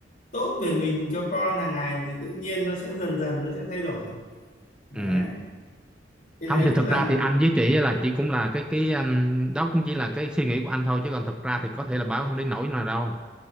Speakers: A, on the left (about 50°); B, in the centre.
A: tốt về mình cho con hàng ngày thì tự nhiên nó sẽ dần dần nó sẽ thay đổi đấy
B: ừ.
A: cái
B: không
A: đấy
B: thì
A: cũng
B: thực
A: là
B: ra
A: một
B: thì anh với chị là chị cũng là cái cái um, đó cũng chỉ là cái suy nghĩ của anh thôi chứ còn thực ra thì có thể là bà cũng không đến nỗi nào đâu